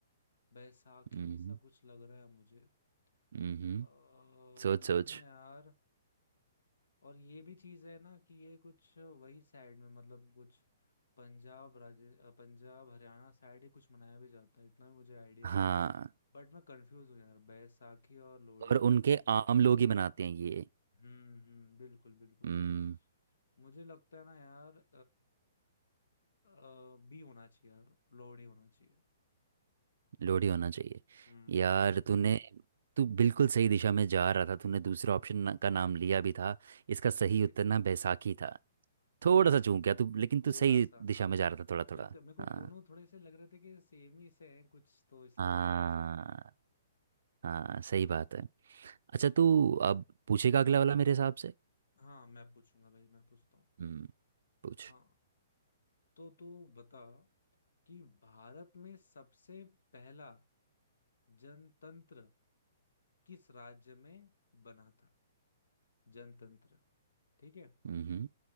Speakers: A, on the left; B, on the right.
A: बैसाखी
B: हम्म
A: सा कुछ लग रहा है मुझे
B: हम्म <laughs>
A: अ,
B: सोच
A: मैं
B: सोच
A: ना यार और ये भी चीज है ना कि ये कुछ वही साइड में मतलब कुछ पंजाब राजे अ, पंजाब हरियाणा साइड ही कुछ मनाया भी जाता है इतना भी मुझे आइडिया
B: हाँ
A: है बट मैं कंफ्यूज हूँ यार बैसाखी और लोहड़ी
B: और
A: में
B: उनके आम लोग ही बनाते हैं ये
A: हम्म हम्म बिल्कुल बिल्कुल
B: हम्म
A: मुझे लगता है ना यार आ, बी होना चाहिए यार लोड ही होना चाहिए
B: लोहड़ी होना चाहिए
A: हम्म
B: यार तूने तू बिल्कुल सही दिशा में जा रहा था तूने दूसरा ऑप्शन ना, का नाम लिया भी था इसका सही
A: अरे
B: उत्तर ना बैसाखी था थोड़ा सा
A: हम्म
B: चूक गया तू लेकिन तू
A: थोड़ा
B: सही
A: सा
B: दिशा
A: हाँ
B: में जा
A: हाँ
B: रहा था थोड़ा
A: वही
B: थोड़ा
A: क- मेरे को
B: हाँ
A: दोनों थोड़े से लग रहे थे कि सेम ही से हैं कुछ तो इसलिए
B: हाँ
A: हो गया ऐसा
B: हाँ सही बात है अच्छा तू अब पूछेगा अगला वाला मेरे हिसाब से
A: हाँ मैं पूछूंगा भाई मैं पूछता हूँ
B: हम्म पूछ
A: हाँ तो तू बता कि भारत में सबसे पहला जनतंत्र किस राज्य में बना था जनतंत्र ठीक है
B: हम्म